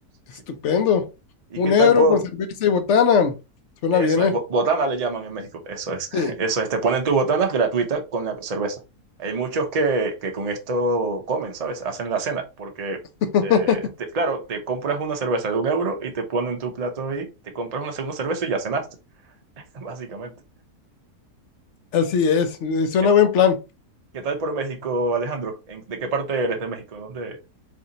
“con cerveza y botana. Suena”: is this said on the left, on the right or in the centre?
Left